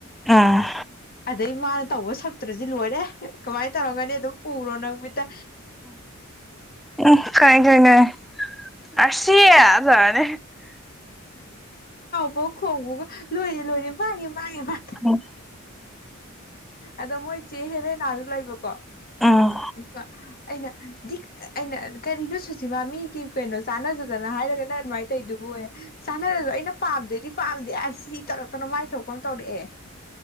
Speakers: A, in the centre; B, on the left.
A: ꯎꯝ
B: ꯑꯗꯩ ꯃꯥꯅ ꯇꯧꯕ ꯁꯛꯇ꯭ꯔꯁꯤ ꯂꯣꯏꯔꯦ ꯀꯃꯥꯏꯅ ꯇꯧꯔꯒꯅꯤ ꯑꯗꯨꯝ ꯎꯔꯣ ꯅꯪ ꯃꯤꯠꯇ
A: ꯎꯝ ꯀꯥꯏ ꯀꯥꯏ ꯀꯥꯏ ꯑꯁꯤꯖꯅꯦ
B: ꯑꯣ ꯈꯣꯡꯕꯒ ꯂꯣꯏꯔꯦ ꯂꯣꯏꯔꯦ ꯃꯥꯒꯤ ꯄꯏ ꯃꯥ
A: ꯎꯝ
B: ꯑꯗ ꯃꯣꯏ ꯆꯦꯍꯔꯦꯟ ꯁꯨ ꯂꯩꯕꯀꯣ
A: ꯎꯝ
B: ꯑꯗꯨꯒ ꯑꯩꯅ ꯗꯤꯛ ꯑꯩꯅ ꯀꯔꯤꯅꯣ ꯁꯨꯁꯤꯃꯥ ꯃꯤꯒꯤ ꯀꯩꯅꯣ ꯆꯥꯟꯅꯖꯗꯅ ꯍꯥꯏꯔꯒꯅ ꯑꯗꯨꯃꯥꯏꯅ ꯇꯧꯗꯨꯕꯨ ꯑꯣꯏꯌꯦ ꯆꯥꯟꯅꯔꯁꯨꯣ ꯑꯩꯅ ꯄꯥꯝꯗꯩꯗꯤ ꯄꯥꯝꯗꯦ ꯑꯁ ꯁꯤ ꯇꯧꯔꯛꯇꯅ ꯃꯥꯏꯊꯣꯛꯄ ꯑꯃ ꯇꯧꯔꯛꯑꯦ